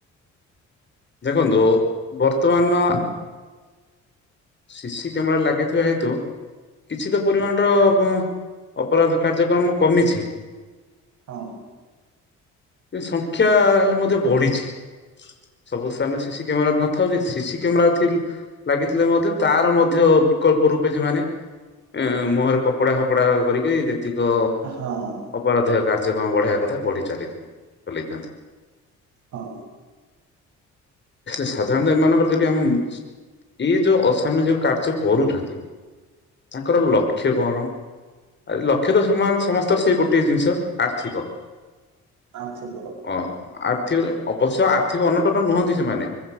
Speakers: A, on the left; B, on the right.
A: ଦେଖନ୍ତୁ ବର୍ତ୍ତମାନ। ସି ସିି କ୍ୟାମେରା ଲାଗିଥିବା ହେତୁ। କିଛି ତ ପରିମାଣ ଟ ଅ ଅପରାଧ କାର୍ଯ୍ୟକ୍ରମ କମିଛି।
B: ହଁ।
A: ଏ ସଂଖ୍ୟା ହେଲେ ମଧ୍ୟ ବଢ଼ିଛି। ସବୁ ସ୍ଥାନରେ ସି ସିି କ୍ୟାମେରା ନଥାଉ ଯଦି ସି ସିି କ୍ୟାମେରା ଥି ଲାଗିଥିଲେ ମଧ୍ୟ ତାର ମଧ୍ୟ ବିକଳ୍ପ ରୂପେ ଯେମାନେ। ଏ ମୁହଁରେ କପଡା ଫପଡା କରିକି ଯେ। ଭିତିକ
B: ହଁ
A: ଅପରାଧୀୟ କାର୍ଯ୍ୟକ୍ରମ ବଢ଼ାଇବା କଥା ବଢି ଚାଲେ ଚଲେଇଥାନ୍ତି।
B: ହଁ।
A: ସାଧାରଣତଃ ଏମାନଙ୍କର ଯଦି ଆମ ଇଏ ଯୋଉ ଅସାମାଜିକ କାର୍ଯ୍ୟ କରୁଛନ୍ତି ‌। ତାଙ୍କର ଲକ୍ଷ୍ୟ କଣ? ଆରେ ଲକ୍ଷ୍ୟ ତ ସମାନ ସମସ୍ତ ସେ ଗୋଟେ ଜିନିଷ ଆର୍ଥିକ।
B: ଆଚ୍ଛା କହ।
A: ଅ ଆର୍ଥିକ ଅବଶ୍ୟ ଆର୍ଥିକ ଅନଟନ ନୁହନ୍ତି ସେମାନେ,